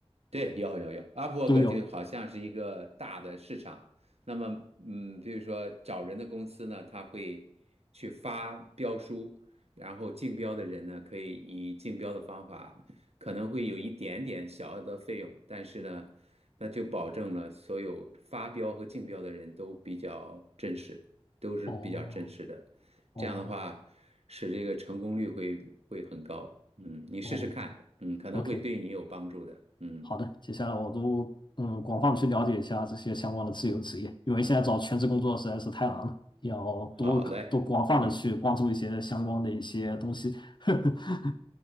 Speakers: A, on the right; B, on the left.
A: 对，有有有，Upwork
B: 都有，
A: 就好像是一个大的市场。那么，嗯，比如说找人的公司呢，他会去发标书，然后竞标的人呢，可以以竞标的方法，可能会有一点点小额的费用，但是呢，那就保证了所有发标和竞标的人都比较真实，都是比较真实的。
B: 哦哦
A: 这样的话，使这个成功率会会很高。嗯，你试试看，
B: 哦
A: 嗯，可能会对你有帮助的。
B: ，OK。
A: 嗯。
B: 好的，接下来我都嗯广泛地去了解一下这些相关的自由职业，因为现在找全职工作实在是太难了，要多多广泛的去关注一些相关的一些东西。
A: 好嘞，嗯，
B: <laughs>